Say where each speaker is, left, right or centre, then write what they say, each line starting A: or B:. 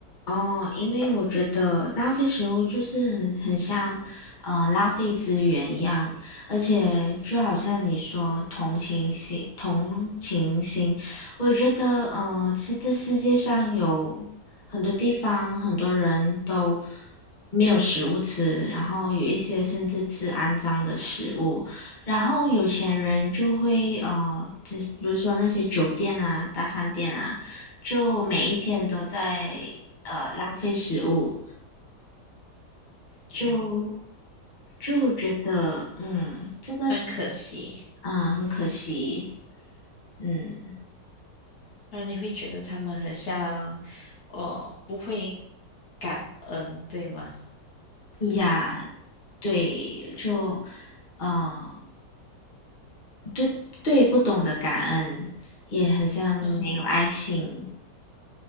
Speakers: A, on the left; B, on the left.
A: 哦，因为我觉得浪费食物就是很很像，呃，浪费资源一样，而且就好像你说同情心，同情心，我觉得，呃，是这世界上有很多地方，很多人都没有食物吃，然后有一些甚至吃肮脏的食物，然后有钱人就会，呃，就是比如说那些酒店啊、大饭店啊。就每一天都在呃浪费食物，就
B: 嗯
A: 就觉得嗯，这个是
B: 很可惜，
A: 嗯很可惜，嗯
B: 然后你会觉得他们很像，哦，不会感恩，对吗？
A: 呀，对，就呃对对不懂得感恩，也很像没有爱心，
B: 嗯